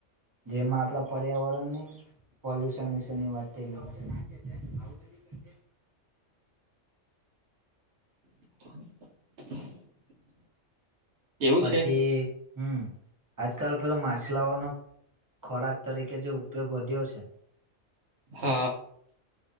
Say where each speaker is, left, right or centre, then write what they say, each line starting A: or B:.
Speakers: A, on the right; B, on the right.
A: જેમાં આપણા પર્યાવરણની પોલ્યુશન વિશેની વાત થઇ ગઇ છે <unintelligible>
B: <unintelligible> <unintelligible> <unintelligible> <inaudible> એવું
A: પછી
B: છે
A: હુમ આજકાલ પેલો માછલાઓનો ખોરાક તરીકે જે ઉપયોગ વધ્યો છે
B: હા